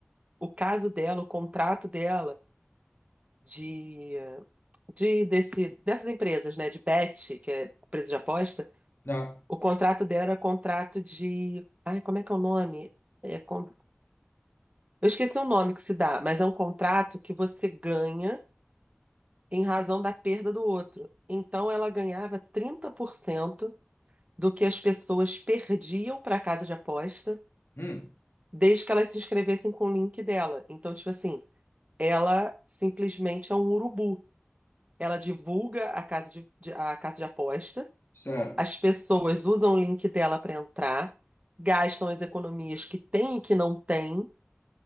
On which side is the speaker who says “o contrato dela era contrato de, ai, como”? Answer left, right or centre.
Right